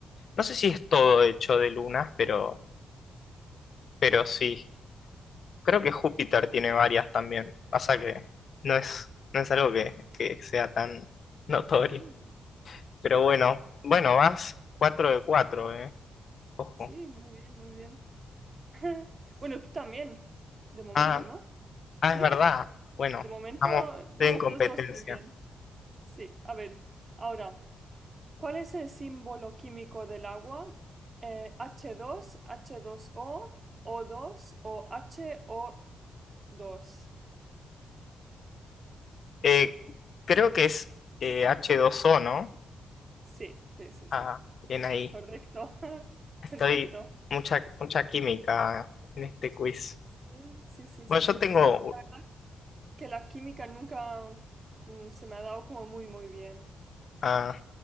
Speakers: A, on the left; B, on the right.
A: No sé si es todo hecho de lunas, pero, pero sí. Creo que Júpiter tiene varias también. Pasa que no es, no es algo que, que sea tan notorio.
B: Mm,
A: Pero bueno, bueno, vas 4 de cuatro eh. Ojo.
B: sí, muy bien, muy bien. <laughs> Bueno, tú también, de momento,
A: Ah,
B: ¿no?
A: ah,
B: Sí,
A: es verdad. Bueno,
B: de momento
A: estamos
B: vamos
A: en competencia.
B: los dos muy bien. Sí, a ver, ahora, ¿cuál es el símbolo químico del agua? Eh, h dos, H2O, dos o o dos, o H O dos.
A: Eh, creo que es eh, h dos o, ¿no?
B: Sí, sí, sí, sí.
A: Ah, bien ahí.
B: Correcto. <laughs>
A: Estoy
B: Perfecto.
A: mucha, mucha química en este quiz.
B: Sí, sí, sí,
A: Bueno,
B: sí.
A: yo tengo,
B: A mí la verdad que la química nunca mm, se me ha dado como muy, muy bien.
A: ah,